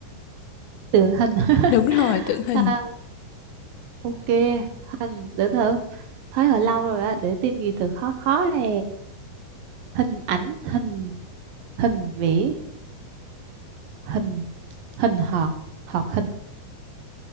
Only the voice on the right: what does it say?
tượng hình <laughs>
à, ok hình để thử thấy hồi lâu rồi á để tìm gì thử khó khó nè hình ảnh hình hình vẽ hình hình họt họt hình